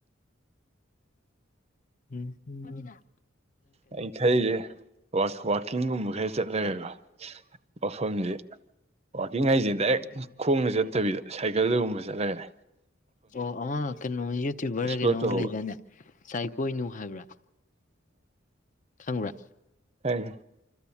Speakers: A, on the left; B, on the right.
A: ꯎꯝ ꯍꯨꯝ ꯑꯃꯤꯅꯥ
B: ꯑꯩꯅ ꯈꯩꯁꯦ ꯋꯥ ꯋꯥꯛꯀꯤꯡꯒꯨꯝꯕ ꯈꯩ ꯆꯠꯂꯒꯀꫭ ꯃꯐꯝꯁꯦ ꯋꯥꯛꯀꯤꯡ ꯍꯥꯏꯁꯦ ꯗꯥꯏꯔꯦꯛ ꯈꯣꯡꯅ ꯆꯠꯇꯕꯤꯗ ꯁꯥꯏꯀꯜꯗꯒꯨꯝꯕ ꯗꯂꯩꯔꯦ
A: ꯑꯣ ꯑꯃ ꯀꯩꯅꯣ ꯌꯨꯇ꯭ꯌꯨꯕꯔ
B: ꯑꯦꯛꯁꯄ꯭ꯂꯣꯔ
A: ꯔꯥ ꯀꯩꯅꯣꯝ
B: ꯇꯧꯕ
A: ꯂꯩꯗꯥꯏꯅꯦ ꯆꯥꯏ ꯀꯣꯏꯅꯨ ꯍꯥꯏꯕ꯭ꯔꯥ ꯈꯪꯕ꯭ꯔꯥ
B: ꯈꯪꯉꯤ